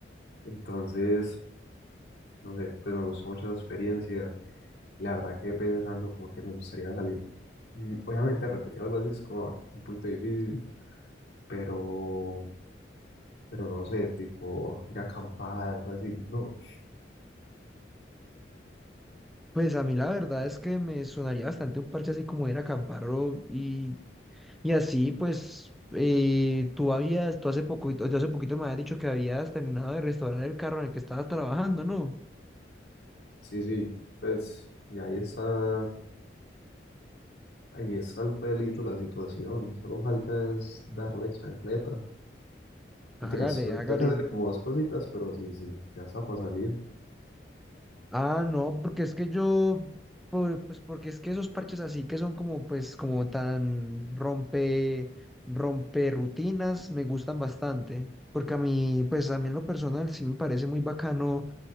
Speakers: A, on the left (about 55°); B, in the centre.
A: Entonces, no sé, pues me gustó mucho esa experiencia. Y la verdad quedé pensando como que me gustaría salir. Mm, Obviamente repetir algo así es como un poquito difícil, pero, pero no sé, tipo ir a acampar, algo así, no.
B: Pues a mí la verdad es que me sonaría bastante un parche así como ir a acampar o- y, y así, pues, eh, tú habías, tú hace poquito, yo hace poquito me habías dicho que habías terminado de restaurar el carro en el que estabas trabajando, ¿no?
A: Sí, sí, pues ya ahí está, ahí está el pelito la situación, solo falta es darle chancleta.
B: Hágale,
A: Mentiras, tengo
B: hágale.
A: que tengo que hacerle como dos cositas, pero sí, sí, ya está para salir.
B: Ah, no, porque es que yo, por- pues porque es que esos parches así que son como, pues, como tan rompe, rompe rutinas, me gustan bastante. Porque a mí, pues a mí en lo personal sí me parece muy bacano